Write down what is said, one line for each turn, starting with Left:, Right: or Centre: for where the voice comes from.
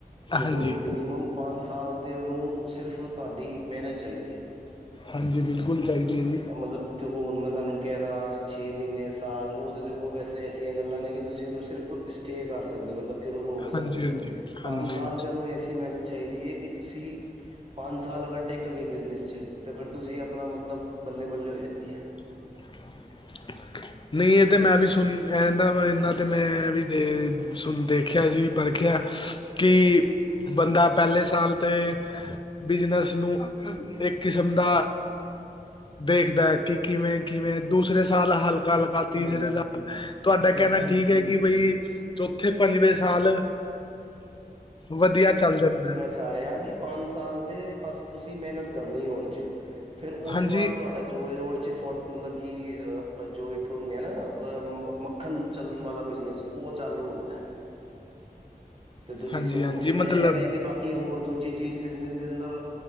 Left: ਹਾਂਜੀ
Right: ਤੇ ੳਹ ਮਿਨੀਮਮ ਪੰਜ ਸਾਲ ਤੇ ਉਹਨੂੰ ਸਿਰਫ ਤੁਹਾਡੀ ਮਿਹਨਤ ਚਾਹੀਦੀ ਹੈ
Left: ਹਾਂਜੀ ਬਿਲਕੁਲ ਚਾਹੀਦੀ ਹੈ ਜੀ
Right: ਇਹ ਮਤਲਬ ਦੇਖੋ ਹੁਣ ਮੈਂ ਤੁਹਾਨੂੰ ਕਹਿ ਦਾ ਛੇ ਮਹੀਨੇ ਸਾਲ ਉਹ ਤਾਂ ਦੇਖੋ ਵੈਸੇ ਐਸੀਆਂ ਗੱਲਾਂ ਨੇ ਕਿ ਤੁਸੀਂ ਉਹਨੂੰ ਸਿਰਫ ਸਟੇ ਕਰ ਸਕਦੇ ਹੋ ਮਤਲਬ ਉਹਨੂੰ ਰੋਕ ਸਕਦੇ
Left: ਹਾਂਜੀ
Right: ੳ
Left: ਹਾਂਜੀ
Right: ਪੰਜ
Left: ਹਾਂਜੀ
Right: ਸਾਲ ਤੇ ਉਹਨੂੰ ਐਸੀ ਮਿਹਨਤ ਚਾਹੀਦੀ ਹੈ ਕਿ ਤੁਸੀਂ ਪੰਜ ਸਾਲ ਅਗਰ ਟਿਕ ਗਏ ਬਿਜਨਸ ਚ ਤਾਂ ਫੇਰ ਤੁਸੀਂ ਅਪਨਾ ਮਤਲਬ ਬੱਲੇ ਬੱਲੇ ਹੋ ਜਾਂਦੀ ਹੈ
Left: <inaudible> ਨਹੀਂ ਇਹ ਤੇ ਮੈਂ ਵੀ ਸੁਨ ਇਹਦਾ ਇਨਾ ਤੇ ਮੈਂ ਵੀ ਦੇ ਸੁਨ ਦੇਖਿਆ ਜੀ ਪਰਖਿਆ ਕਿ ਬੰਦਾ ਪਹਿਲੇ ਸਾਲ ਤੇ ਬਿਜਨਸ ਨੂੰ ਇੱਕ ਕਿਸਮ ਦਾ ਦੇਖਦਾ ਏ ਕਿਵੇਂ ਕਿਵੇਂ ਦੂਸਰੇ ਸਾਲ ਹਲਕਾ ਹਲਕਾ ਤੀਸਰੇ ਸਾਲ ਤੁਹਾਡਾ ਕਹਿਨਾ ਠੀਕ ਹੈ ਕਿ ਬਈ ਚੌਥੇ ਪੰਜਵੇਂ ਸਾਲ ਵਧੀਆ ਚੱਲ ਜਾਂਦਾ
Right: ਕਿਹ ਰਿਹਾ ਕਿ ਪੰਜ ਸਾਲ ਤੇ ਬਸ ਤੁਸੀਂ ਮਿਹਨਤ ਕਰਨੀ ਉਹ ਚ ਫੇਰ ਉਹਦੇ
Left: ਹਾਂਜੀ
Right: ਬਾਅਦ ਤੁਹਾਡਾ ਜੋ ਰ ਫੋਰਟ ਮਤਲਬ ਕਿ ਜੋ ਇੱਕ ਹੁੰਦੇ ਆ ਨਾ ਮੱਖਣ ਚੱਲਨ ਵਾਲਾ ਬਿਜਨਸ ਉਹ ਚਾਲੂ ਹੁੰਦਾ ਤੇ ਤੁਸੀਂ
Left: ਹਾਂਜੀ
Right: ਸੋ
Left: ਹਾਂਜੀ
Right: ਹੁਨ
Left: ਮਤਲਬ
Right: ਇਹ ਵੇ ਕਿ ਬਾਕੀ ਹੋਰ ਦੂਜੀ ਚੀਜ਼ ਬਿਜਨਸ ਦੇ ਅੰਦਰ